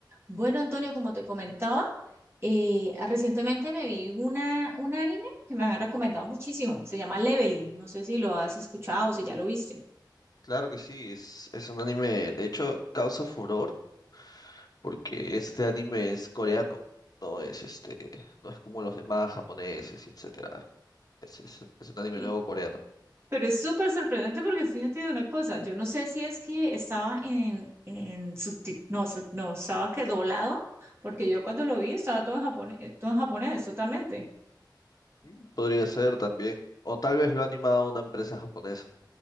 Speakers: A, on the right (about 30°); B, on the left (about 55°).
A: Bueno, Antonio, como te comentaba, eh, recientemente me vi una, un anime que me habían recomendado muchísimo. Se llama Leveling. No sé si lo has escuchado o si ya lo viste.
B: Claro que sí, es, es un anime, de hecho, causa furor porque este anime es coreano, no es este, no es como los demás japoneses y etcétera. Es, es, un es un anime
A: Sí.
B: nuevo coreano.
A: Pero es súper sorprendente porque fíjate de una cosa. Yo no sé si es que estaba en, en subti- no, sub- no, estaba que doblado, porque yo cuando lo vi estaba todo en japonés, todo en japonés, totalmente.
B: Mm, Podría ser también, o tal vez lo ha animado una empresa japonesa.